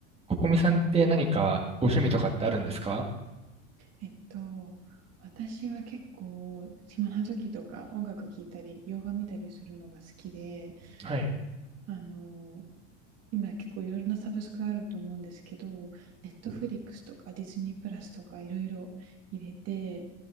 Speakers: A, on the right; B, on the right.
A: ここみさんって何かご趣味とかってあるんですか
B: えっと、私は結構、暇な時とか音楽聴いたり、洋画見たりするのが好きで、
A: はい。
B: あの、今結構いろいろなサブスクあると思うんですけど、ネットフリックスとかディズニープラスとかいろいろ入れて、